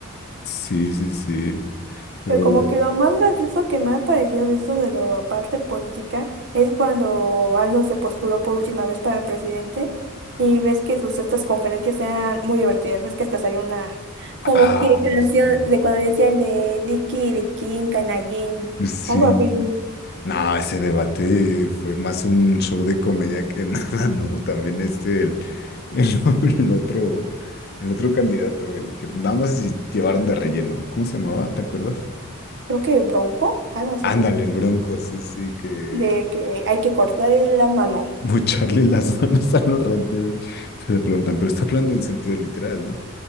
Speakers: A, on the left; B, on the right.
A: Sí, sí, sí. Pero,
B: Pero como que lo más gracioso que me ha parecido de esto de la parte política es cuando Aldo se postuló por última vez para presidente y ves que sus estas conferencias eran muy divertidas, ves que hasta salió una como
A: ah,
B: que canción
A: sí.
B: de cuando le decían de Dicky, Dicky, Canallín,
A: Sí,
B: algo así,
A: No, ese debate fue más un show de comedia que <laughs> nada, ¿no? También este, el, el- <laughs> el otro, el otro candidato, el que nada más si llevaron de relleno. ¿Cómo se llamaba? ¿Te acuerdas?
B: creo que Bronco, algo así,
A: Ándale, el Bronco, sí, sí, que
B: de que hay que cortar la mano.
A: <laughs> mocharle las manos a los rateros. Entonces le preguntan, pero está hablando en sentido literal, ¿no?